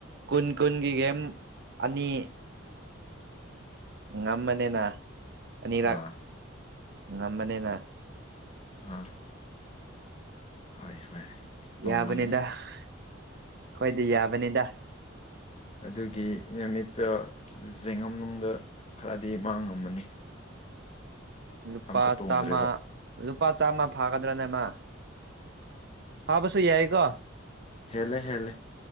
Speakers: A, on the right; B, on the left.
A: ꯀꯨꯟ ꯀꯨꯟꯒꯤ ꯒꯦꯝ ꯑꯅꯤ ꯉꯝꯃꯅꯤꯅ ꯑꯅꯤꯔꯛ
B: ꯑꯥ
A: ꯉꯝꯃꯅꯤꯅ
B: ꯑꯥ ꯍꯣꯏ ꯍꯣꯏ ꯇꯣꯡꯉꯝꯅꯤ
A: ꯌꯥꯕꯅꯤꯗ ꯑꯩꯣꯏꯗꯤ ꯌꯥꯕꯅꯤꯗ
B: ꯑꯗꯨꯒꯤ ꯅꯨꯃꯤꯠꯇ ꯌꯦꯡꯉꯝꯅꯨꯡꯗ ꯈꯔꯗꯤ ꯃꯥꯡꯉꯝꯃꯅꯤ <unintelligible>
A: ꯂꯨꯄꯥ
B: ꯑꯝꯇ ꯇꯣꯡꯗ꯭ꯔꯦꯕ
A: ꯆꯥꯝꯃ ꯂꯨꯄꯥ ꯆꯥꯝꯃ ꯐꯥꯒꯗ꯭ꯔꯥꯅꯦꯃ ꯍꯥꯥꯕꯁꯨꯣ ꯌꯥꯏ ꯀ
B: ꯍꯦꯂꯦ ꯍꯦꯂꯦ